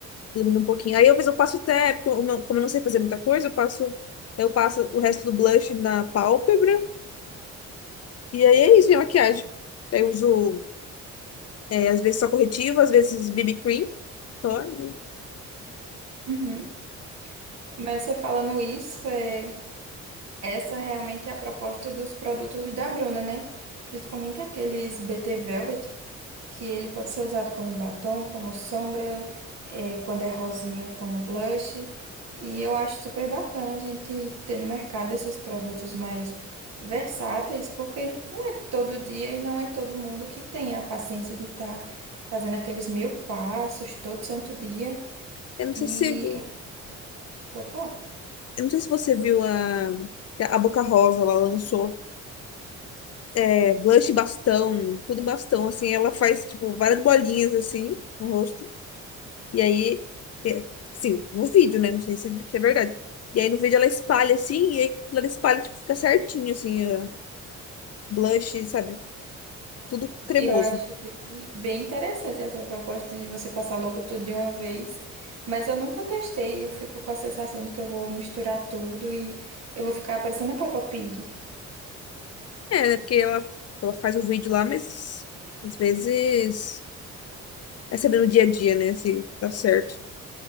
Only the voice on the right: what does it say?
Uhum. Mas você falando isso, é... essa realmente é a proposta dos produtos da Bruna, né? Principalmente aqueles BT Velvet. que ele pode ser usado como batom, como sombra, é, quando é rosinha, como blush. E eu acho super bacana a gente ter no mercado esses produtos mais versáteis, porque não é todo dia e não é todo mundo que tem a paciência de estar fazendo aqueles mil passos todo santo dia.
E
pode falar.
E eu acho bem, bem interessante essa proposta de você passar logo tudo de uma vez, mas eu nunca testei, eu fico com a sensação de que eu vou misturar tudo e eu vou ficar parecendo a Peppa Pig.